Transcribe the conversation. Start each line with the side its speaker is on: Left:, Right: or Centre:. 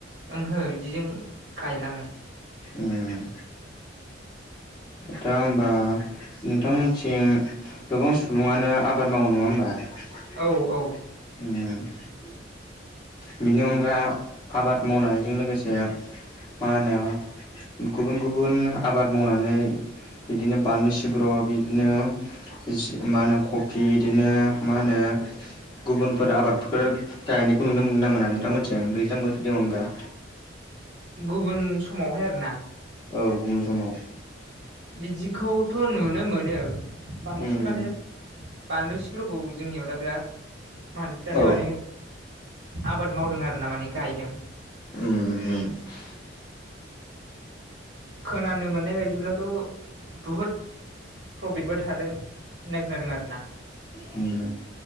Right: ओंहो इदिजों गायला माने
Left: उम दा ओमबा नोंथांमोनथिं गोबां सुबुङानो आबाद मावो नङा होमबा? उम।
Right: औ औ
Left: बेनि अनगा आबाद मावनायजों लोगोसे मा होनो <unintelligible> गुबुन गुबुन आबाद मावनानै बिदिनो बानलु सिब्र' बिदिनो जि मा होनो खफि इदिनो मा होनो गुबुनफोर आबादफोर गायनायखौ नुनो मोनो ना मोना नोंथांमोनथिं दैज्लां बोथोरनि अनगा?
Right: गुबुन समावहाय आरोना।
Left: औ गुबुन समाव
Right: बिदिखौथ' नुनो मोनो। बांसिन
Left: उम
Right: माने बानलौ सिब्रखौ जोंनियाव दा बेराद मानसिफ्रानो
Left: औ
Right: माने आबाद मावदों आरो ना माने गायदों।
Left: उम उम।
Right: खोनानो मोननाय बायदिब्लाथ' बुहुद प्रफिटबो थादों होननाय खोनादों आरो ना।
Left: होम